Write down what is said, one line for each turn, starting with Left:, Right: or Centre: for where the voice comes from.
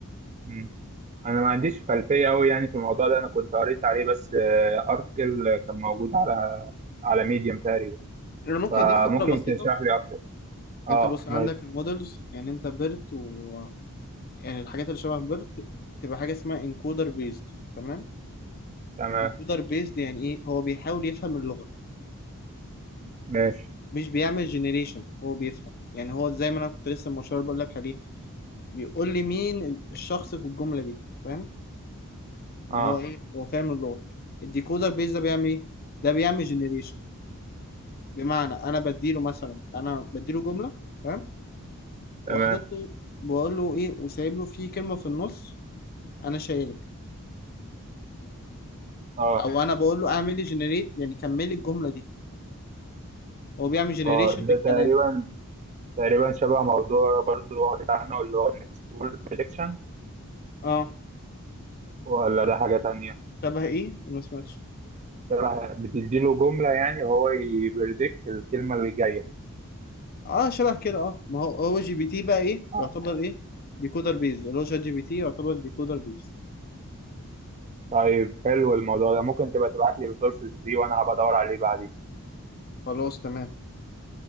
Right: مم. انا ما عنديش خلفيه قوي يعني في الموضوع ده انا كنت قريت عليه بس ارتكل كان موجود على على ميديم تقريبا
Left: انا ممكن
Right: فممكن
Left: اديك فكرة بسيطة
Right: تشرح لي اكتر اه
Left: انت بص
Right: ماشي
Left: عندك المودلز يعني انت بيرت و يعني الحاجات اللي شبه بيرت تبقى حاجة اسمها انكودر بيزد تمام
Right: تمام
Left: انكودر بيزد يعني ايه هو بيحاول يفهم اللغة
Right: ماشي
Left: مش بيعمل جنريشن هو بيفهم يعني هو زي ما انا كنت لسه المشروع بقول لك عليه بيقول لي مين الشخص في الجملة دي فاهم ان
Right: اه
Left: هو ايه هو فاهم اللغة الديكودر بيز ده بيعمل ايه ده بيعمل جنريشن بمعنى انا بديله مثلا انا بديله جملة تمام وحاطط
Right: تمام
Left: له بقول له ايه وسايب له فيه كلمة في النص انا شايلها
Right: اه
Left: او انا بقول له اعمل لي جنريت يعني كمل لي الجملة دي هو بيعمل جنريشن
Right: اه ده
Left: للكلام
Right: تقريبا
Left: فاهم
Right: تقريبا شبه موضوع برضو قريت عنه اللي هو next word prediction
Left: اه
Right: ولا ده حاجة تانية
Left: شبه ايه أنا ما سمعتش
Right: شبه بتديله جملة يعني وهو يبريدكت الكلمة اللي جاية
Left: اه شبه كده اه ما هو هو جي بي تي بقى ايه
Right: اه
Left: يعتبر ايه ديكودر بيز اللي هو شات جي بي تي يعتبر ديكودر بيز
Right: طيب حلو الموضوع ده ممكن تبقى تبعت لي resources دي وانا هبقى ادور عليه بعدين
Left: خلاص تمام